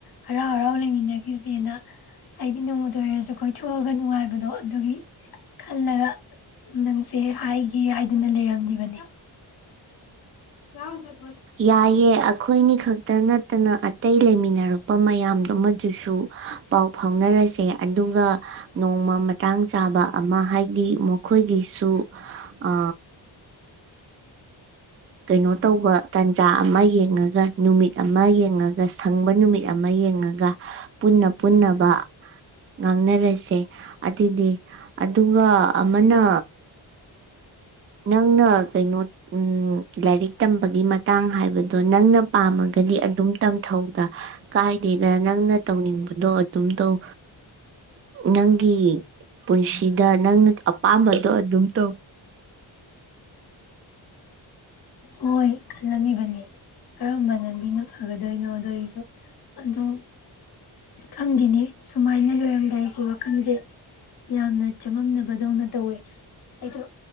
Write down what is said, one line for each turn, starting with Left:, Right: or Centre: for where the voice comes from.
Left: ꯍꯔꯥꯎ ꯍꯔꯥꯎ ꯂꯩꯃꯤꯟꯅꯈꯤꯁꯦꯅ ꯑꯩꯗꯤ ꯅꯣꯡꯃꯇ ꯑꯣꯏꯁꯨ ꯀꯣꯏꯊꯣꯛꯑꯒꯅꯤ ꯅꯨꯡꯉꯥꯏꯕꯗꯣ ꯑꯗꯨꯒꯤ ꯈꯜꯂꯒ ꯅꯪꯁꯦ ꯍꯥꯏꯒꯦ ꯍꯥꯏꯗꯅ ꯂꯩꯔꯝꯂꯤꯕꯅꯤ ꯌꯥꯎ <unintelligible>
Right: ꯌꯥꯏꯌꯦ ꯑꯩꯈꯣꯏꯅꯤ ꯈꯛ ꯇ ꯅꯠꯇꯅ ꯑꯇꯩ ꯂꯩꯃꯤꯟꯅꯔꯛꯄ ꯃꯌꯥꯝꯗꯨꯃꯗꯨꯁꯨ ꯄꯥꯎ ꯐꯥꯎꯅꯔꯁꯦ ꯑꯗꯨꯒ ꯅꯣꯡꯃ ꯃꯇꯥꯡ ꯆꯥꯕ ꯑꯃ ꯍꯥꯏꯗꯤ ꯃꯈꯣꯏꯒꯤꯁꯨ ꯑ ꯀꯩꯅꯣ ꯇꯧꯕ ꯇꯥꯟꯖꯥ ꯑꯃ ꯌꯦꯡꯉꯒ ꯅꯨꯃꯤꯠ ꯑꯃ ꯌꯦꯡꯉꯒ ꯁꯪꯕ ꯅꯨꯃꯤꯠ ꯑꯃ ꯌꯦꯡꯉꯒ ꯄꯨꯟꯅ ꯄꯨꯟꯅꯕ ꯉꯥꯡꯅꯔꯁꯦ ꯑꯗꯨꯗꯤ ꯑꯗꯨꯒ ꯑꯃꯅ ꯅꯪꯅ ꯀꯩꯅꯣ ꯂꯥꯏꯔꯤꯛ ꯇꯝꯕꯒꯤ ꯃꯇꯥꯡ ꯍꯥꯏꯕꯗꯣ ꯅꯪꯅ ꯄꯥꯝꯃꯒꯗꯤ ꯑꯗꯨꯝ ꯇꯝꯊꯧꯗ ꯀꯥꯏꯗꯦꯗ ꯅꯪꯅ ꯇꯧꯅꯤꯡꯕꯗꯣ ꯑꯗꯨꯝ ꯇꯧ ꯅꯪꯒꯤ ꯄꯨꯟꯁꯤꯗ ꯅꯪꯅ ꯑꯄꯥꯝꯕꯗꯣ ꯑꯗꯨꯝ ꯇꯧ
Left: ꯍꯣꯏ ꯈꯜꯂꯝꯃꯤꯕꯅꯦ ꯀꯔꯝꯕ ꯂꯝꯕꯤꯅ ꯐꯒꯗꯣꯏꯅꯣꯗꯣ ꯑꯩꯁꯨ ꯑꯗꯣ ꯈꯪꯗꯦꯅꯦ ꯁꯨꯃꯥꯏꯅ ꯂꯣꯏꯔꯝꯗꯥꯏꯁꯤ ꯋꯥꯈꯜꯁꯦ ꯌꯥꯝꯅ ꯆꯃꯝꯅꯕꯗꯧꯅ ꯇꯧꯋꯦ ꯑꯩꯗꯣ